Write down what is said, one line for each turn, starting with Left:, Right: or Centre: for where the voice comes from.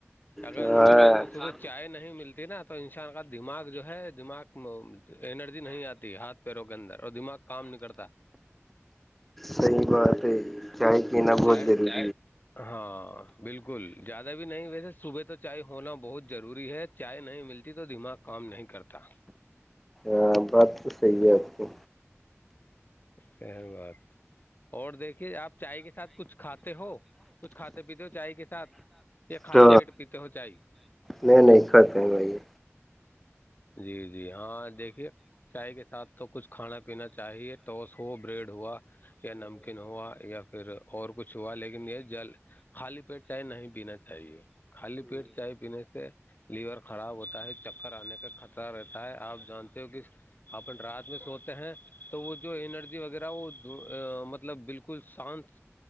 Left: اگر
Centre: ہاں
Left: انسان کو صبح چائے نہیں ملتی نا تو انسان کا دماغ جو ہے دماغ انرجی نہیں آتی ہاتھ پیروں کے اندر اور دماغ کام ن کرلتا
Centre: صی بات ہے چائے پینا بہت
Left: چائے
Centre: دیر لے
Left: ہاں بالکل زیادہ بھی نہیں ویسے صبح تو چائے ہونا بہت ضروری ہے چائے نہیں ملتی تو دماغ کام نہیں کرتا
Centre: ہاں بات تو صحیح ہے آپ کو
Left: س بات اور دیکھیے آپ چائے کے ساتھ کچھ کھاتے ہو کچھ کھاتے پیتے ہو چائے کے ساتھ یہ خالی
Centre: تو
Left: پیٹ پیتے ہو چاہے
Centre: نہیں نہیں کھ پیں گا یہ
Left: جی جی ہاں دیکھیے چائے کے ساتھ تو کچھ کھانا پینا چاہیے ٹاس ہو بریڈ ہوا یا نمکین ہوا یا پھر اور کچھ ہوا لیکن یہ جل خالی پیٹ چائے نہیں پینا چاہیے خالی پیٹ چائے پینے سے لیور خراب ہوتا ہے چکر آنے کا رہتا ہے آپ جانتے ہو کہ اپن رات میں سوتے ہیں تو وہ جو انرجی وغیرہ وہ مطلب بالکل بکل شانت